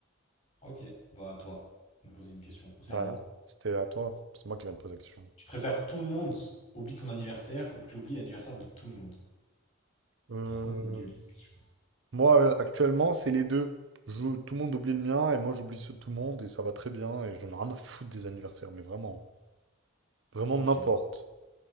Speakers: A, on the left; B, on the right.
A: Ok, bah à toi, de me poser une question, ou c'est
B: Bah
A: à moi.
B: non, c'était à toi. C'est moi qui viens de poser la question.
A: Tu préfères que tout le monde oublie ton anniversaire ou que tu oublies l'anniversaire de tout le monde?
B: Euh,
A: Trop nul, question.
B: Moi, euh, actuellement, c'est les deux. Je- tout le monde oublie le mien et moi, j'oublie ceux de tout le monde et ça va très bien et j'en ai rien à foutre des anniversaires, mais vraiment, vraiment
A: Ok,
B: n'importe.